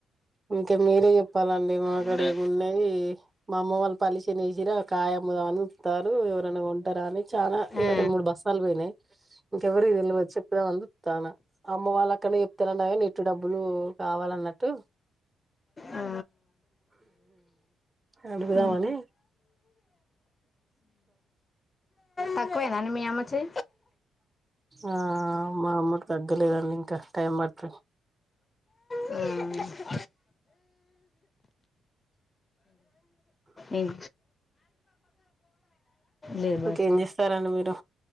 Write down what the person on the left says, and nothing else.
ఉండే
ఆ,
ఆ,
ఉమ్.
తక్కువేనండి మీ అమ్మచ్చి
హ్మ్మ్ ఏం లేదు భాష